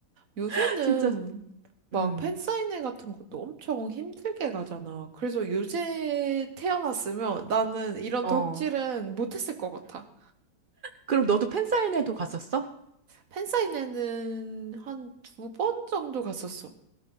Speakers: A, on the right (about 45°); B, on the right (about 80°).
A: 요새는
B: <laughs> 진짜.
A: 막
B: 음,
A: 팬사인회 같은 것도 엄청 힘들게 가잖아. 그래서 요새 태어났으면 나는 이런
B: 어.
A: 덕질은 못했을 것 같아.
B: 그럼 너도 팬사인회도 갔었어?
A: 팬사인회는 한 두 번 정도 갔었어.